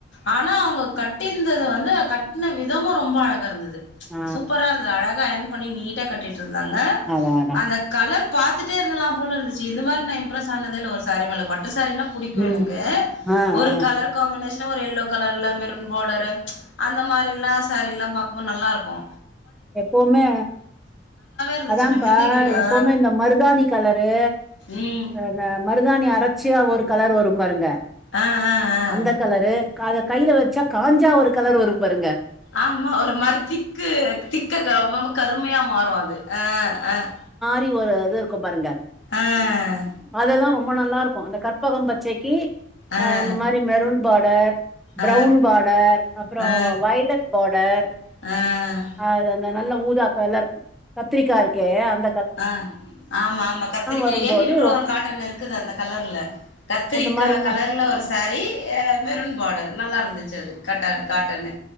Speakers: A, on the left; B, in the centre.
A: ஆனா அவங்க கட்டிருந்தது வந்து கட்ன விதமு ரொம்ப அழகா இருந்துது ச்
B: ஆ
A: சூப்பரா இருந்தது அழகா எந் பண்ணி நீட்டா கட்டி கட்டிருந்தாங்க
B: அதா அதா
A: அந்த கலர் பாத்துட்டே இருந்துல்லா போல ச்சி இந்த மாரி நான் இம்ப்ரஸ் ஆனதே இல்ல ஒரு சாரி ப பட்டு சேரினா புடிக்கு
B: ம்
A: எனக்கு
B: ஆ
A: ஒரு
B: ஆ
A: கலர் காம்பினேஷன் என்ன ஒரு யெல்லோ கலர்ல மெருன் பாடரு அந்த மாரில்லா சேரிலா பாக்குபோது நல்லா இருக்கு
B: எப்பவுமே
A: இருந்துச்சு
B: அதாப்பா
A: மெஹந்தி கிரி ஆ
B: எப்பவுமே இந்த மருதாணி கலரு
A: ம்
B: அ மருதாணி அர் தொடர்ச்சியா ஒரு கலர் வரு பாருங்க
A: ஆ ஆ ஆ
B: அந்த கலரு அத கையில வச்சா காஞ்சா ஒரு கலரு வரு பாருங்க
A: ஆமா ஒரு மரத்திக்கு திக் க்கமமா கருமையா மாறு அது அஹ் ஆஹ்
B: ரி ஒரு இது இருக்கு பாருங்க
A: ஆஹ்
B: அதெல்லா ரொம்ப நல்லா இருக்கு அந்த கற்பக பச்சைக்கு
A: அ
B: அஹ் அந்த மாரி மெருன் பாடர் ப்ரவுன்
A: அ
B: பார்டர் அப்பறோ
A: அ
B: வைலட் பார்டர்
A: அ
B: அது வந் நல்ல ஊதா கலர் கத்திரிக்கா இருக்கே அந்
A: அ ஆமா ஆமா கத்திரிக்காய்
B: வரும்போது
A: என்கிட்ட கூட ஒரு காட்டன் இருக்குது அந்த கலர்ல கத்திரிக்கா
B: அந்த மாரிலா
A: கலர்ல ஒரு சாரி மெருன் பாடர் நல்லா இருந் ச்சுது கட்ட காட்டனு